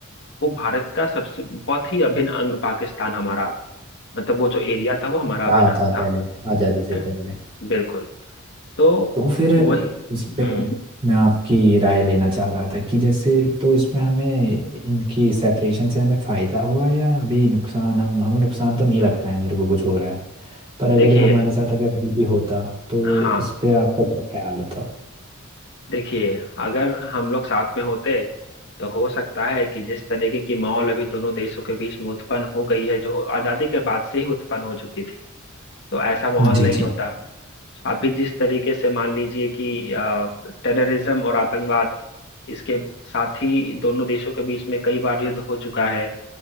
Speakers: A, on the left; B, on the right.
A: वो भारत का सबसे बहुत ही अभिन्न अंग पाकिस्तान हमारा मतलब वो जो एरिया था वो हमारा
B: रहा
A: अभिन्न अंग
B: था
A: था
B: पहले आज़ादी से
A: है
B: पहले
A: बिल्कुल तो
B: तो फिर
A: वही
B: इस
A: हम्म
B: पे मैं आपकी राय लेना चाह रहा था कि जैसे तो इसमें हमें इनकी सेपरेशन से हमें फायदा हुआ या अभी नुकसान हम हमें नुकसान तो नहीं लगता है मेरे को कुछ हो रहा है पर अगर
A: देखिए
B: ये हमारे साथ अगर अभी भी होता तो
A: हाँ
B: इस पे आपका क्या ख्याल होता
A: देखिए अगर हम लोग साथ में होते तो हो सकता है कि जिस तरीके की माहौल अभी दोनों देशों के बीच में उत्पन्न हो गई है जो आजादी के बाद से ही उत्पन्न हो चुकी थी तो ऐसा माहौल
B: जी
A: नहीं
B: जी
A: होता अभी जिस तरीके से मान लीजिए कि टेररिज्म और आतंकवाद इसके साथ ही दोनों देशों के बीच में कई बार युद्ध हो चुका है